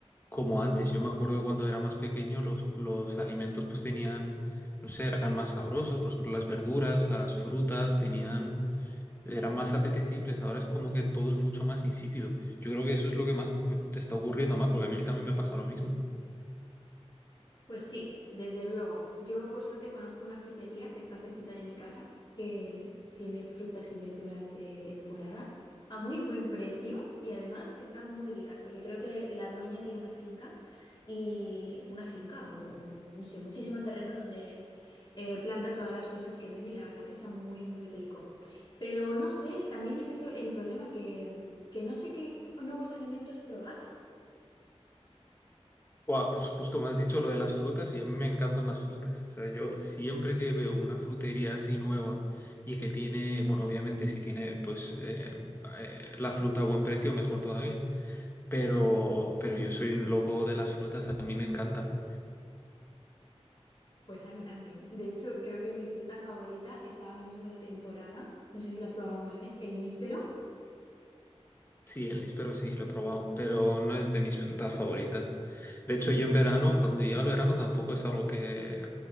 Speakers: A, on the left (about 20°); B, on the left (about 40°).
A: como antes. Yo me acuerdo de cuando era más pequeño, los, los alimentos pues tenían, no sé, eran más sabrosos. Por ejemplo, las verduras, las frutas tenían, eran más apetecibles. Ahora es como que todo es mucho más insípido. Yo creo que eso es lo que más mm, te está ocurriendo más, porque a mí también me pasa lo mismo.
B: Pues sí, desde luego. Yo por suerte conozco una frutería que está cerquita de mi casa, que tiene frutas y verduras de temporada a muy buen precio y además que están muy ricas, porque creo que la dueña tiene una finca y una finca, un- un- no sé, muchísimo terreno donde eh, planta todas las cosas que vende y la verdad que está muy, muy rico. Pero no sé, también es ese el problema que, que no sé qué nuevos alimentos probar.
A: Buah, pues justo me has dicho lo de las frutas y a mí me encantan las frutas. O sea, yo siempre que veo una frutería así nueva y que tiene, bueno, obviamente si tiene pues eh, eh, la fruta a buen precio, mejor todavía. pero, pero yo soy un loco de las frutas, a mí me encanta.
B: Pues a mí también. De hecho, creo que mi fruta favorita está ahora mismo de temporada. No sé si la has probado alguna vez. El níspero.
A: Sí, el níspero sí, lo he probado, pero no es de mis frutas favoritas. De hecho, yo en verano, cuando llega el verano, tampoco es algo que...